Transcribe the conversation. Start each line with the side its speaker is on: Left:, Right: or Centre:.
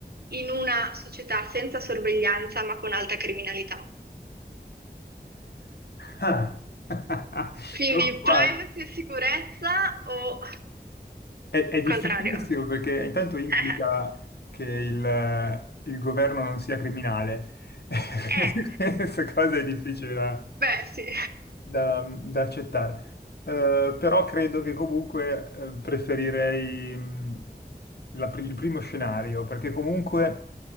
Right: in una società senza sorveglianza ma con alta criminalità?
Left: Ah. <laughs>
Right: Quindi
Left: Oh,
Right: privacy
Left: wow.
Right: e sicurezza o
Left: È, è
Right: il
Left: difficilissimo
Right: contrario?
Left: perché intanto implica
Right: <laughs>
Left: che il, il governo non sia criminale. <laughs>
Right: Eh.
Left: Questa cosa è difficile da,
Right: Beh, sì.
Left: da, da accettare. Eh, però credo che comunque eh, preferirei mh, la pri- il primo scenario, perché comunque,